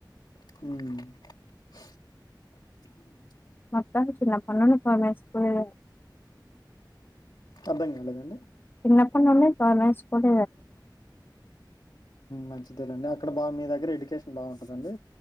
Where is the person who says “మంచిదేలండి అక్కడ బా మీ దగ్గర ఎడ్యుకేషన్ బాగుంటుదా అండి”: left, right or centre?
Left